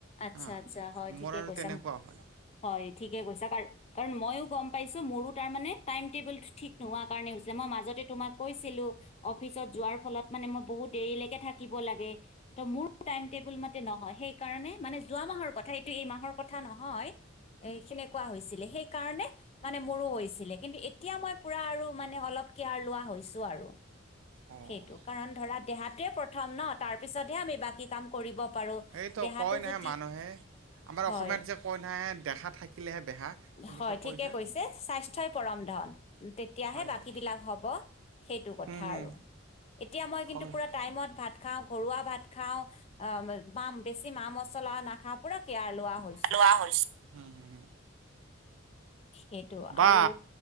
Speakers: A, on the left; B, on the right.
A: আচ্ছা,
B: হা
A: আচ্ছা হয় ঠিকে
B: মোৰ আৰু
A: কৈছা
B: তেনেকুৱা হ'ল
A: হয় ঠিকে কৈছা। কাৰ কাৰণ মইও গ'ম পাইছো মোৰো তাৰ মানে টাইম টেবুলটো ঠিক নোহোৱা কাৰণে হৈছিলে, মই মাজতে তোমাক কৈছিলো। অফিচত যোৱাৰ ফলত মানে মইও বহুত দেৰিলৈকে থাকিব লাগে। ত' মোৰ টাইম টেবুল মাতে নহয়। সেইকাৰণে মানে যোৱা মাহৰ কথা এইটো, এই মাহৰ কথা নহয়, এ' সেনেকোৱা হৈছিলে। সেই কাৰণে মানে মোৰো হৈছিলে, কিন্তু এতিয়া মই পুৰা আৰু মানে অলপ কেয়াৰ লোৱা হৈছো আৰু।
B: অঁ
A: সেইটো কাৰণ ধৰা দেহাতোৱে প্ৰথম ন? তাৰ পিছতহে আমি বাকী কাম কৰিব পাৰো।
B: সেইটো
A: দেহাটো
B: কয় নহয়
A: যদি
B: মানুহে আমাৰ
A: হয়,
B: অসমীয়াত যে কয় নহয় দেখা থাকিলেহে বেহা তেনেকৈ
A: হয় ঠিকে
B: কয় যে
A: কৈছে, স্বাস্থ্যই পৰম ধন। তেতিয়াহে
B: হয়
A: বাকী
B: হয়
A: বিলাক হ'ব সেইটো কথা
B: হুম হুম
A: আৰু এতিয়া মই কিন্তু
B: হয়
A: পুৰা টাইমত ভাত খাওঁ, ঘৰুৱা ভাত খাও অ' বা ম বেছি মা মছলা নাখাওঁ পুৰা কেয়াৰ লোৱা হৈ
B: লোৱা হৈছো। হুম হুম
A: সেইটো
B: বা
A: আৰু